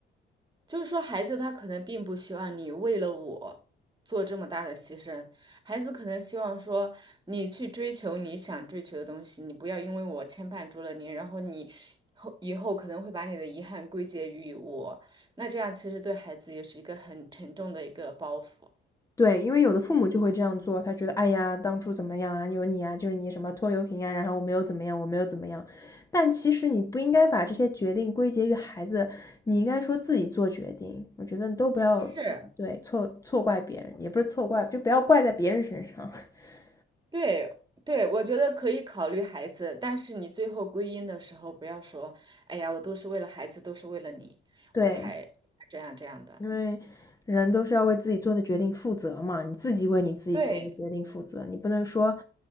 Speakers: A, on the right; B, on the left.
A: 就是说，孩子他可能并不希望你为了我做这么大的牺牲，孩子可能希望说你去追求你想追求的东西，你不要因为我牵绊住了你，然后你后以后可能会把你的遗憾归结于我，那这样其实对孩子也是一个很沉重的一个包袱。
B: 对，因为有的父母就会这样做，他觉得，哎呀，当初怎么样啊，有你啊，就是你什么拖油瓶啊，然后我没有怎么样，我没有怎么样。但其实你不应该把这些决定归结于孩子，你应该说自己做决定。我觉得都不要，
A: 是，
B: 对，错错怪别人，也不是错怪，就不要怪在别人身上。<laughs>
A: 对对，我觉得可以考虑孩子，但是你最后归因的时候，不要说，哎呀，我都是为了孩子，都是为了你，
B: 对，
A: 我才才这样这样的。
B: 因为人都是要为自己做的决定负责嘛，你自己为你自己做的决定负责，
A: 对。
B: 你不能说